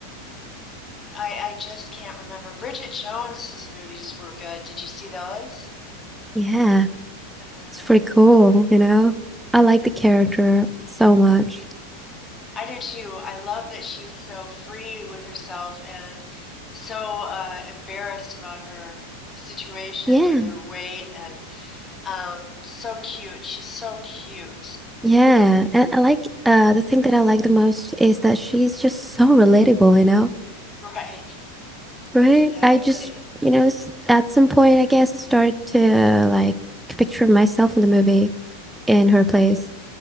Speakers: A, on the left; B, in the centre.
A: I I just can't remember. Bridget Jones's movies were good. Did you see those?
B: Yeah,
A: Uh,
B: it's pretty cool, you know? I like the character so much.
A: I do too. I love that she's so free with herself and so uh, embarrassed about her situation
B: Yeah,
A: with her weight and um, so cute. She's so cute. <laughs>
B: yeah. And I like uh the thing that I like the most is that she's just so relatable, you know?
A: Right.
B: Right?
A: Exactly.
B: I just, you know, s- at some point I guess I started to like picture myself in the movie in her place.